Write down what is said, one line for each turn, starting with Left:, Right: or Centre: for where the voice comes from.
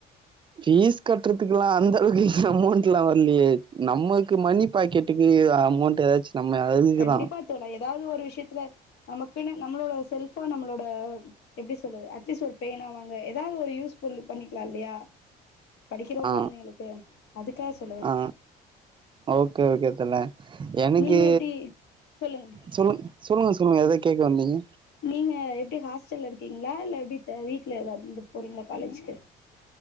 Right: பீஸ் கட்டுறதுக்லா அந்த அளவுக்கு அமௌண்ட்லா வரலியே நம்மக்கு மணி பாக்கெட்டுக்கு அமௌண்ட் ஏதாச்சு நம்ம அதுக்குதா
Left: கண்டிப்பா தோழா ஏதாவது ஒரு விஷயத்துல நமக்குன்னு நம்மளோட செல்ஃபா நம்மளோட எப்டி சொல்லுறது அட்லீஸ்ட் ஒரு பேனா வாங்க ஏதாவது ஒரு யூஸ் ஃபுல் பண்ணிக்கலா இல்லையா படிக்கிற
Right: ஆ
Left: கொழந்தைங்ளுக்கு அதுக்காக சொல்லவர
Right: ஆ ஓகே ஓகே தோழா எனக்கு
Left: நீங்க எப்டி சொல்லுங்க
Right: சொல்லுங் சொல்லுங்க சொல்லுங்க ஏதொ கேக்க வந்தீங்க
Left: நீங்க எப்டி ஹாஸ்டல்ல இருக்கீங்ளா இல்ல எப்டி வீட்டில எதாவது இருந்து போறீங்ளா காலேஜிக்கு